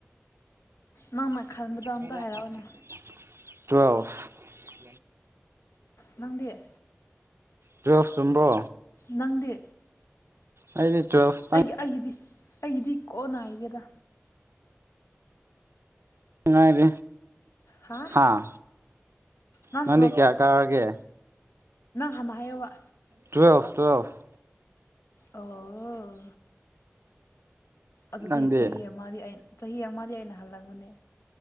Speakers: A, on the left (about 85°); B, on the right (about 70°).
A: ꯅꯪꯅ
B: ꯇ꯭ꯨꯋꯦꯜꯐ
A: ꯈꯟꯕꯗꯣ ꯑꯝꯇ ꯍꯥꯏꯔꯛꯑꯣꯅꯦ ꯂꯗꯤꯦ
B: ꯇꯨꯌꯦꯜꯐ ꯆꯨꯝꯕ꯭ꯔꯣ
A: ꯅꯪꯗꯦ
B: ꯑꯩꯗꯤ ꯇꯨꯋꯦꯜꯐꯇꯪ
A: ꯑꯩꯒꯤ ꯑꯩꯒꯤꯗꯤ ꯑꯩꯒꯤꯗꯤ ꯀꯣꯛꯅꯥꯏꯒꯦꯗ
B: ꯁꯉꯥꯏ
A: ꯍꯥ
B: ꯍꯥꯥ
A: ꯅꯪ
B: ꯉꯗꯤ ꯀꯌꯥ ꯀꯥꯒꯦ
A: ꯍꯅꯥ ꯋꯥ
B: ꯇꯨꯋꯦꯜꯞꯊ ꯇꯨꯋꯦꯜꯞꯊ
A: ꯑꯣ ꯑꯗꯨꯗꯤ
B: ꯅꯪꯗꯤ
A: ꯆꯍꯤ ꯑꯃꯗꯤ ꯆꯍꯤ ꯑꯃꯗꯤ ꯑꯩꯅ ꯍꯜꯂꯝꯕꯅꯦ